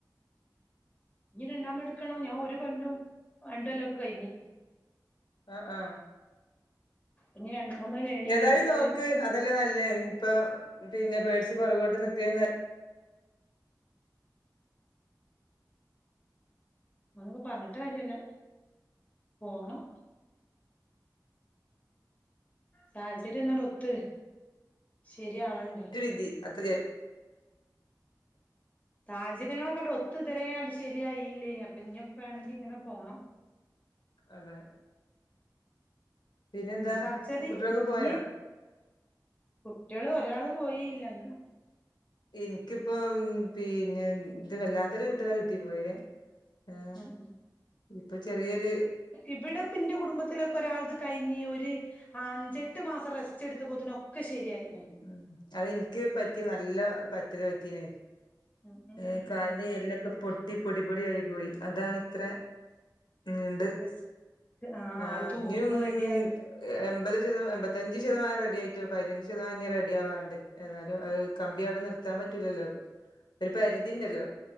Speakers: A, on the left (about 20°); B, on the left (about 85°).
A: ഇനി രണ്ടാമത് എടുക്കണം ഞാൻ ഒരു കൊല്ലും രണ്ട് കൊല്ലൊക്കെ കയിഞ്ഞ്
B: ആഹ് ആഹ്
A: ഇനി രണ്ട് മൂന്ന് ലേണിങ്ങ്
B: ഏതായാലും
A: എടുത്ത്
B: നോക്ക് അതല്ലേ നല്ലേ ഇപ്പ പിന്നെ പേടിച്ച് പൊറകോട്ട് നിക്ക്ന്നേ നൽ
A: നമ്മളിപ്പോ പറഞ്ഞിട്ട് കാര്യല്ലാ പോണം സാഹചര്യം ഒന്നാട് ഒത്ത് ശരിയാവണ്ടേ
B: ഒരു വിധി അത്രയാ
A: സാഹചര്യങ്ങളൊക്കെ ആട് ഒത്ത് ഇതുവരേ ആട് ശരിയായില്ലേനി അപ്പ ഇഞ്ഞിപ്പാണെങ്കി ഇങ്ങനെ പോണം
B: അതെ പിന്നെന്താ
A: ഉം സർജറി
B: കുട്ടികളൊക്കെ പോയോ
A: ഇനി കുട്ട്യോള് ഒരാള് പോയീല്ലാന്ന്
B: ഇൻക്കിപ്പം പീന്നെ ഇത് വല്ലാത്തൊരു കിട്ടലാ കിട്ടിപ്പോയേ ആഹ്
A: ഉം
B: ഇപ്പൊ ചെറിയൊരു
A: ഇവിടെപ്പെന്റെ കുടുംബത്തിലൊക്കെ ഒരാളത് കയിഞ്ഞ് ഒര് ആഹ് അഞ്ചെട്ട് മാസം റെസ്റ്റ് എടുത്തപ്പോത്തേന് ഒക്കെ ശരിയായില്ലേ
B: ഉം അത് എനിക്ക് പറ്റിയ നല്ല പറ്റല് പറ്റീനത്
A: ഉം ഉം
B: ഏഹ്
A: ഉം
B: കാലിന്റെ
A: ഉം
B: എല്ലൊക്കെ പൊട്ടി പൊടി പൊടി ആയി പോയി അതാണിത്രേ നീണ്ട്
A: റിസ്ക്
B: ആഹ്
A: അത് തൂർന്ന്
B: ഇനിയും
A: റെഡിയായ
B: ഏഹ് എമ്പത് ശത എമ്പത്തഞ്ച് ശതമാനം റെഡി ആയിട്ട് പതിനഞ്ച് ശതമാനം ഇനി റെഡി ആവാണ്ട് ഏതാലും ആഹ് കമ്പി അവിടെ നിർത്താൻ പറ്റൂല്ലല്ലോ ഒരു പരിധി ഇണ്ടല്ലോ